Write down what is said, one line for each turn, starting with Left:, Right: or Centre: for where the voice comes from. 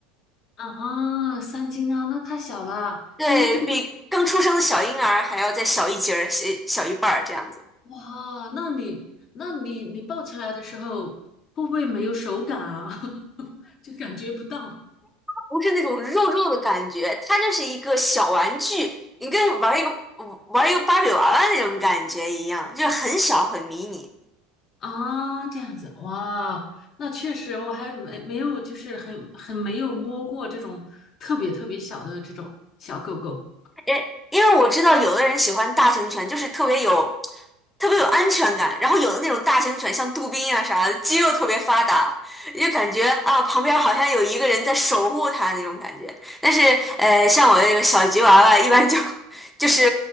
Left: 啊，三斤啊，那太小了，
Centre: 对，
Left: 就一丢丢。
Centre: 比刚出生的小婴儿还要再小一截儿，小小一半儿这样子。
Left: 哇，那你，那你，你抱起来的时候会不会没有手感啊？<laughs> 就感觉不到
Centre: 不是那种肉肉的感觉，它就是一个小玩具，你跟玩一个玩一个芭比娃娃那种感觉一样，就是很小很迷你。
Left: 啊，这样子，哇，那确实我还没没有，就是很很没有摸过这种特别特别小的这种小狗狗。
Centre: 因因为我知道有的人喜欢大型犬，就是特别有特别有安全感，然后有的那种大型犬像杜宾啊啥的，肌肉特别发达，就感觉啊旁边好像有一个人在守护它那种感觉。但是呃，像我这个小吉娃娃，一般就 <laughs> 就是